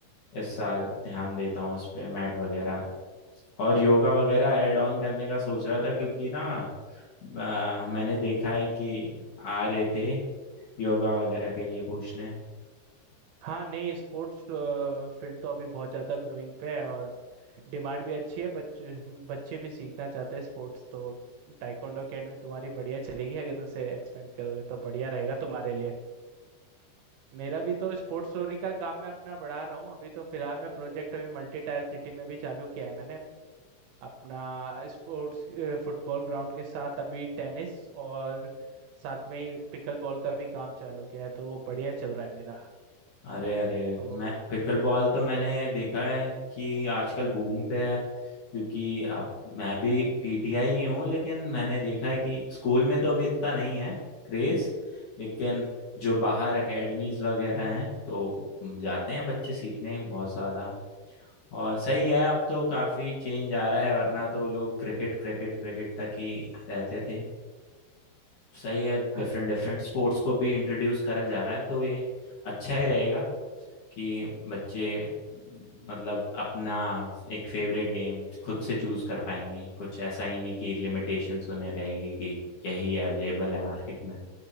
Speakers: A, on the left; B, on the right.
A: इस साल ध्यान देता हूँ उस पे मैट वगैरह और योगा वगैरह ऐड ऑन करने का सोच रहा था क्योंकि ना अ, मैंने देखा है कि आ रहे थे योगा वगैरह के लिए पूछने
B: हाँ नहीं स्पोर्ट्स फील्ड तो अभी बहुत ज़्यादा ग्रोइंग पे है और डिमांड भी अच्छी है बच्चे बच्चे भी सीखना चाहते हैं स्पोर्ट्स तो टाइकोंडो अकेडमी तुम्हारी बढ़िया चलेगी अगर उसे एक्सपेंड करोगे तो बढ़िया रहेगा तुम्हारे लिए मेरा भी तो स्पोर्ट्स फ्लोरिंग का काम मैं अपना बढ़ा रहा हूँ अभी तो फिलहाल मैं प्रोजेक्ट अभी मल्टी टायर सिटी में भी चालू किया है मैंने अपना स्पोर्ट्स फुटबॉल ग्राउंड के साथ अभी टेनिस और साथ में ही पिकल बॉल का भी काम चालू किया है तो वो बढ़िया चल रहा है मेरा
A: अरे अरे
B: तो
A: मैं पिकल बॉल तो मैंने देखा है कि आजकल बूम पे है क्योंकि आप मैं भी पीटीआई ही हूँ लेकिन मैंने देखा है कि स्कूल में तो अभी इतना नहीं है क्रेज लेकिन जो बाहर एकेडमीज वगैरह हैं तो जाते हैं बच्चे सीखने बहुत ज़्यादा और सही है अब तो काफ़ी चेंज आ रहा है वरना तो लोग क्रिकेट क्रिकेट क्रिकेट तक ही रहते थे सही है डिफरेंट
B: हाँ,
A: डिफरेंट स्पोर्ट्स को भी इंट्रोड्यूस करा जा रहा है तो ये अच्छा ही रहेगा कि बच्चे मतलब अपना एक फेवरेट गेम खुद से चूज कर पाएंगे कुछ ऐसा ही नहीं कि लिमिटेशंस उन्हें रहेगी कि यही अवेलेबल है मार्केट में